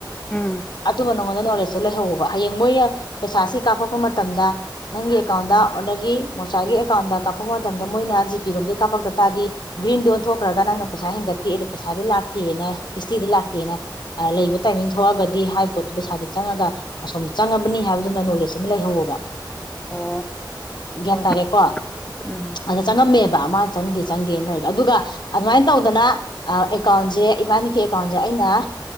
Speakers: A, on the left; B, on the left.
A: ꯎꯝ
B: ꯑꯇꯣꯝꯕ ꯅꯪꯉꯣꯟꯗ ꯅꯣꯂꯦꯖ ꯆ ꯂꯩꯍꯧꯕ ꯍꯌꯦꯡ ꯃꯣꯏꯅ ꯄꯩꯁꯥꯁꯤ ꯀꯥꯞꯄꯛꯄ ꯃꯇꯝꯗ ꯅꯪꯒꯤ ꯑꯦꯀꯥꯎꯟꯗ ꯑꯣꯗꯒꯤ ꯃꯣꯆꯥꯒꯤ ꯑꯦꯀꯥꯎꯟꯗ ꯀꯥꯞꯄꯛꯄ ꯃꯇꯝꯗ ꯃꯣꯏꯅ ꯖꯤ ꯄꯤ ꯔꯣꯝꯗꯩ ꯀꯥꯞꯄꯛꯇ ꯇꯥꯔꯗꯤ ꯒ꯭ꯔꯤꯟꯗ ꯑꯣꯟꯊꯣꯛꯈ꯭ꯔꯒ ꯅꯪꯅ ꯄꯩꯁꯥ ꯍꯦꯟꯒꯠꯇꯦ ꯑꯗꯨꯅ ꯄꯩꯁꯥꯗꯤ ꯂꯥꯛꯇꯦꯅ ꯍꯤꯁꯇ꯭ꯔꯤꯗ ꯂꯥꯛꯇꯦꯅ ꯂꯩꯕ ꯇꯥꯏꯃꯤꯡ ꯊꯣꯛꯑꯒꯗꯤ ꯍꯥꯏꯔꯤꯕ ꯄꯣꯠꯇꯣ ꯄꯩꯁꯥꯗꯤ ꯆꯪꯉꯒ ꯑꯁꯣꯝꯗ ꯆꯪꯉꯕꯅꯤ ꯍꯥꯏꯕꯗꯨꯃ ꯅꯣꯂꯦꯖ ꯑꯃ ꯂꯩꯍꯧꯕ
A: ꯑꯣ
B: ꯒ꯭ꯌꯥꯟ
A: ꯍꯣꯏ
B: ꯇꯥꯔꯦꯀꯣ
A: ꯎꯝ
B: ꯑꯗ ꯆꯪꯉꯝꯃꯦꯕ ꯆ ꯆꯦ ꯑꯗꯨꯒ ꯑꯗꯨꯃꯥꯏꯅ ꯇꯧꯗꯅ ꯖꯦ ꯏꯕꯥꯅꯤꯀꯤ ꯑꯦꯀꯥꯎꯟꯁꯦ ꯑꯩꯅ